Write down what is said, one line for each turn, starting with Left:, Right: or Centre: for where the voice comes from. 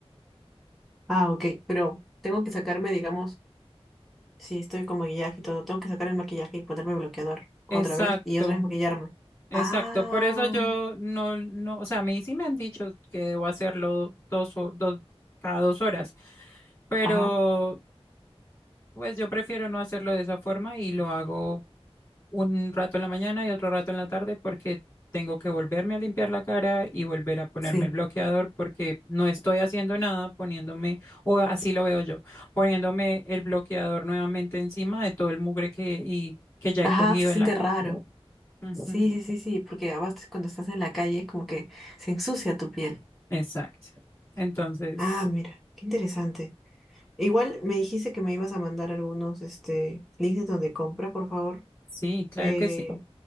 Centre: Ah, ok, pero tengo que sacarme, digamos, si estoy con maquillaje y todo, tengo que sacar el maquillaje y ponerme bloqueador
Left: Exacto.
Centre: otra vez y otra vez maquillarme.
Left: Exacto,
Centre: Ah,
Left: por eso yo no, no, o sea, a mí sí me han dicho que debo hacerlo dos, ho- dos, cada dos horas, pero
Centre: ajá,
Left: pues yo prefiero no hacerlo de esa forma y lo hago un rato en la mañana y otro rato en la tarde porque tengo que volverme a limpiar la cara y volver a ponerme
Centre: sí.
Left: el bloqueador porque no estoy haciendo nada poniéndome, o así lo veo yo, poniéndome el bloqueador nuevamente encima de todo el mugre que, y, que ya
Centre: Ajá,
Left: he cogido
Centre: se siente
Left: en la casa.
Centre: raro.
Left: Ujú.
Centre: Sí, sí, sí, sí, porque además cuando estás en la calle como que se ensucia tu piel.
Left: Exacto. Entonces,
Centre: Ah, mira, qué interesante. Igual me dijiste que me ibas a mandar algunos, este, links de donde compra, por favor,
Left: sí, claro
Centre: eh,
Left: que sí.